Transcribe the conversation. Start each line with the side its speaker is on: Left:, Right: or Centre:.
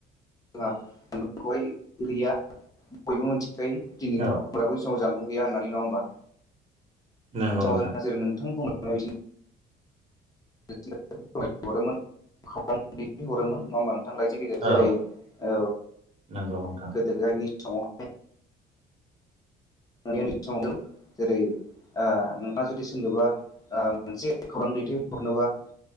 Left: जोंहा <unintelligible> खौहाय गैया बयबो मिथिखायो दिनैनि
Right: औ
Left: ब्ला बै समाव जानबुं गैया होन्नानै नङा होनबा?
Right: नंगौ
Left: सिगाङाव
Right: नोंथां
Left: जोहा जेरै नोंथां बुं बादि बि <unintelligible> हरोमोन दै हरोमोन नङा मा थांलाइन <unintelligible> गेजेर
Right: औ
Left: जेरै ओ
Right: नंगौ नोंथां
Left: गोदयनि समाव <unintelligible> जेरै नोंथाङा जुदि सोरनोबा मोनसे खौरां दैथायहरनोबा